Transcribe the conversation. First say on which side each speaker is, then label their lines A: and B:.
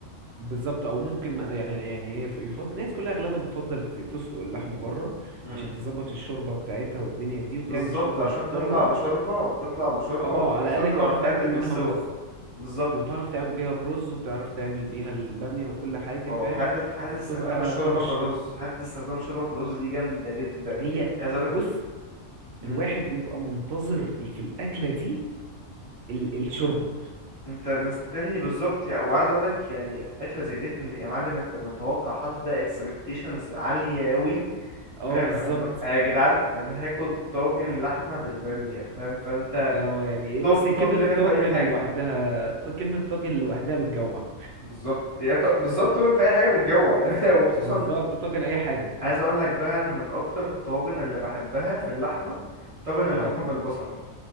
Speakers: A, on the right (about 60°); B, on the right (about 25°).
A: بالظبط او ممكن ما- يعني يعني هي يفضل الناس كلها اغلبها بتفضل ت- تسلق اللحمه بره
B: مم.
A: عشان تظبط الشوربه بتاعتها والدنيا دي وتعمل
B: بالظبط
A: شوربه
B: عشان
A: محترمه
B: تطلع بشوربة تطلع بشوربة
A: اه
B: وفي
A: على
B: نفس الوقت
A: الاقل
B: تبقى
A: تعرف
B: متأكد
A: تعمل
B: من
A: منها
B: السوا
A: رز
B: بالظبط
A: وتعرف تعمل بيها الرز وتعرف تعمل بيها الباميه وكل حاجه
B: اه
A: فاهم
B: حتة حتة
A: فبتبقى
B: استخدام الشوربة
A: طرش
B: في الرز حتة استخدام الشوربة في الرز دي جامدة جدا
A: هي
B: عايز اقولك
A: بص
B: مم.
A: الواحد بيبقى منتظر في الاكله دي ال- الشوربه
B: انت مستني بالظبط يعني وعايز اقولك يعني أكلة زي ديت إن- يا معلم انت متوقع حاطط ده اكسبكتيشنز عالية أوي
A: اه
B: فاهم
A: بالظبط
B: اللي هو يا جدعان يعني هاكل طاجن لحمة بالبامية فاهم فانت
A: اه يعني إيه،
B: توب
A: بص هي
B: توب
A: كلمة
B: ليفل
A: طاجن
B: في أي حاجة
A: لوحدها كلمة طاجن لوحدها بتجوع
B: بالظبط هي ط- بالظبط طبعا في اي حاجه بتجوع يعني <laughs> وخصوصا
A: بالظبط طاجن أي حاجة
B: عايز اقول لك بقى انا من اكتر الطواجن اللي بحبها في اللحمه طاجن اللحمه
A: اه
B: بالبصل